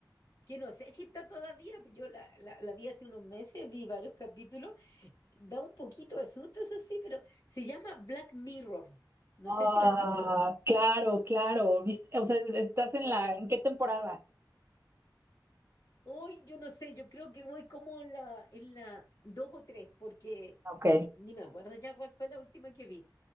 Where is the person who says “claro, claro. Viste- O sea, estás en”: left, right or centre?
Right